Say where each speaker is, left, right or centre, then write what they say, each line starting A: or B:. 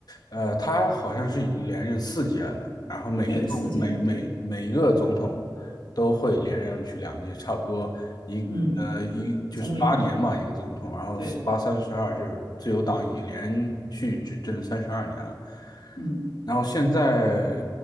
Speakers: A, on the left; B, on the left.
A: 呃，他好像是已经连任四届了，然后每一共每每每一个总统都会连任去两届，
B: 对，四届，对，
A: 差不多一呃一就是八年嘛，
B: 嗯，总理，对
A: 一个总统，然后四八三十二，
B: 对，
A: 就是自由党已经连续执政三十二年了。
B: 嗯。
A: 然后现在